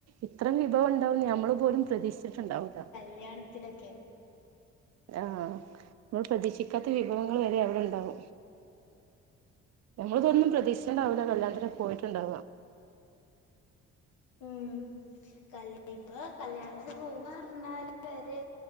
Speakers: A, on the right (about 60°); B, on the left (about 80°).
A: ഇത്രം വിഭവം ഉണ്ടാവും നമ്മൾ പോലും പ്രതീക്ഷിച്ചിട്ടുണ്ടാവൂല്ല
B: കല്യാണത്തിനോക്കെ
A: ആഹ് ഇമ്മൾ പ്രതീക്ഷിക്കാത്ത വിഭവങ്ങൾ വരെ അവി ടെ ഇണ്ടാകും നമ്മളിതൊന്നും പ്രതീക്ഷിച്ചണ്ടാവില്ലാ കല്യാണത്തിന് പോയിട്ടുണ്ടാവ
B: ഉം കല് ഇപ്പൊ കല്യാണത്തിന് പോവ പറഞ്ഞാല് വേരെ